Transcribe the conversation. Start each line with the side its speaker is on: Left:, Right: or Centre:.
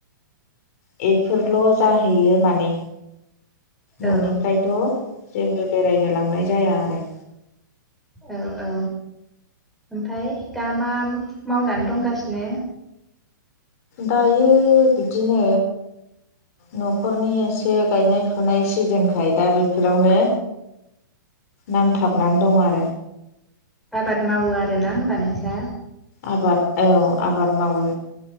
Left: बेफोरल' जाहैयो माने न'निफ्रायथ'
Centre: ओ औ
Left: जेबो बेरायनो लांनाय जाया आरो
Centre: औ औ ओमफ्राय दामा मावनानै दंगासिनो
Left: दायो बिदिनो न'खरनि एसे गायनाय फुनाय सिजेनखाय दा बेफोरावनो नांथाबनानै दं आरो
Centre: आबाद मावो आरो ना होमबा नोंसा?
Left: आबाद औ आबाद मावो